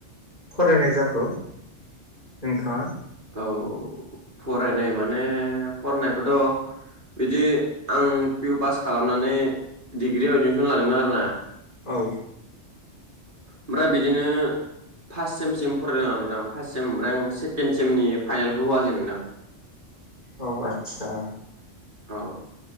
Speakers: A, on the left (about 45°); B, on the right (about 45°).
A: फरायनाय जाखो नोंथाङा?
B: औ फरायनाय माने फरायनायखौथ' बिदि आं पि इउ पास खालामनानै डिग्रियाव एडमिसन लादोंमोन आरोना।
A: औ।
B: ओमफ्राय बिदिनो। फार्स्ट सेमसिम फरायदों आं नोंथां फार्स्ट सेम ओमफ्राय आं सेकेण्ड सेमनि फाइनेलखौ होआसै नोंथां।
A: औ आतसा।
B: औ।